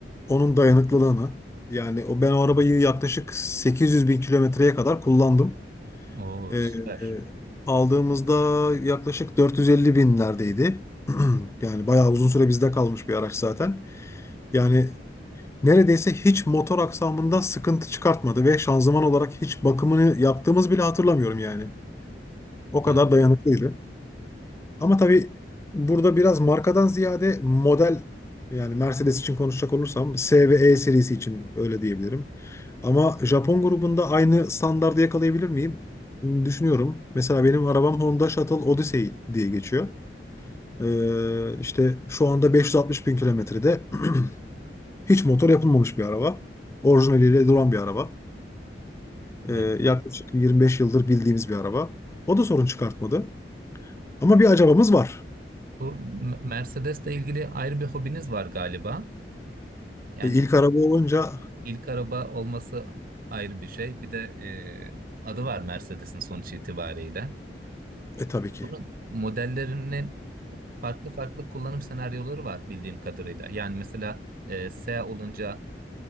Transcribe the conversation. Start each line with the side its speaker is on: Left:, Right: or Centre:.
Left: onun dayanıklılığını. Yani o ben o arabayı yaklaşık 800 bin kilometreye kadar kullandım.
Right: Oo
Left: E,
Right: süper.
Left: e, aldığımızda yaklaşık 450 binlerdeydi. <clears throat> Yani bayağı uzun süre bizde kalmış bir araç zaten. Yani Neredeyse hiç motor aksamında sıkıntı çıkartmadı ve şanzıman olarak hiç bakımını yaptığımız bile hatırlamıyorum yani. O kadar
Right: Evet.
Left: dayanıklıydı. Ama tabii burada biraz markadan ziyade model yani Mercedes için konuşacak olursam S ve E serisi için öyle diyebilirim. Ama Japon grubunda aynı standardı yakalayabilir miyim? Düşünüyorum. Mesela benim arabam Honda Shuttle Odyssey diye geçiyor. Ee, işte şu anda 560 bin kilometrede <clears throat> hiç motor yapılmamış bir araba orijinaliyle duran bir araba. Ee,
Right: Evet.
Left: yaklaşık 25 yıldır bildiğimiz bir araba. O da sorun çıkartmadı. Ama bir acabamız var.
Right: Bu M- Mercedes'le ilgili ayrı bir hobiniz var galiba. Yani
Left: E, ilk araba olunca
Right: İlk araba olması ayrı bir şey. Bir de e, adı var Mercedes'in sonuç itibariyle.
Left: e tabii ki.
Right: Bunun modellerinin farklı farklı kullanım senaryoları var bildiğim kadarıyla. Yani mesela e, S olunca